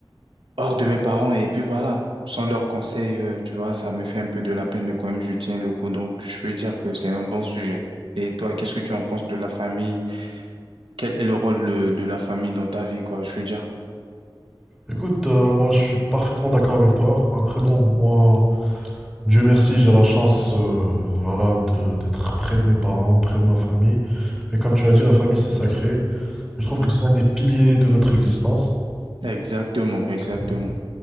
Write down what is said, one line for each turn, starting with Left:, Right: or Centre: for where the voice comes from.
Right: hors de mes parents et puis voilà. Sans leurs conseils, euh, tu vois, ça me fait un peu de la peine, mais quand même, je tiens le coup. Donc, je peux dire que c'est un bon sujet. Et toi, qu'est-ce que tu en penses de la famille? quel est le rôle euh, de la famille dans ta vie, quoi, je veux dire.
Centre: Écoute, euh, moi je suis parfaitement d'accord avec toi. Après, bon, moi, Dieu merci, j'ai la chance euh, voilà, de- d'être près de mes parents, près de ma famille. Mais comme tu as dit, la famille, c'est sacré. Je trouve
Right: Mhm.
Centre: que c'est l'un des piliers de notre existence.
Right: Exactement, exactement.
Centre: C'est